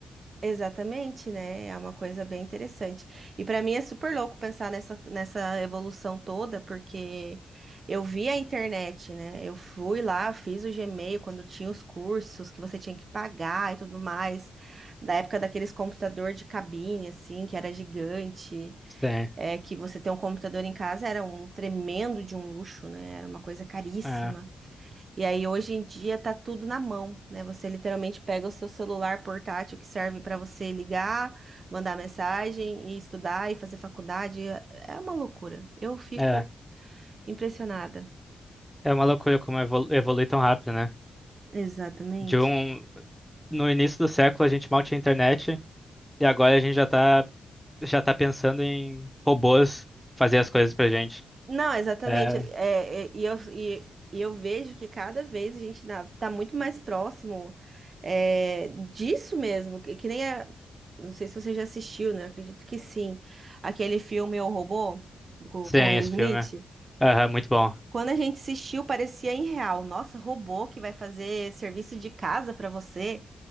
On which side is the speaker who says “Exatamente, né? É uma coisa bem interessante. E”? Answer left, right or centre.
Right